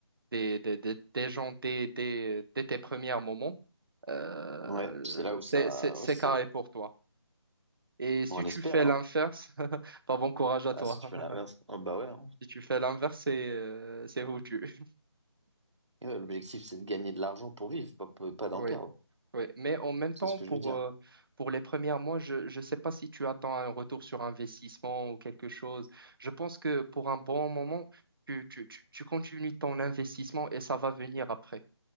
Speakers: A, on the right; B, on the right.
A: des, des, des, des gens dès, dès, dès tes premiers moments, euh,
B: Ouais, c'est là où
A: c'est
B: ça,
A: c'est- c'est
B: ouais, c'est,
A: carré pour toi. Et si
B: bon, on
A: tu
B: espère,
A: fais
B: hein.
A: l'inverse, <laughs> pas bon courage à
B: Ah,
A: toi.
B: si tu veux
A: <laughs>
B: l'inverse, oh, bah ouais, hein.
A: Si tu fais l'inverse, c'est euh, c'est foutu. <laughs>
B: Et ouais, l'objectif, c'est de gagner de l'argent pour vivre, pas, pas pas d'en
A: Oui,
B: perdre.
A: oui. Mais en même temps,
B: C'est ce que
A: pour,
B: je veux dire.
A: euh, pour les premiers mois, je ne sais pas si tu attends un retour sur investissement ou quelque chose. Je pense que pour un bon moment, tu, tu, tu, tu continues ton investissement et ça va venir après.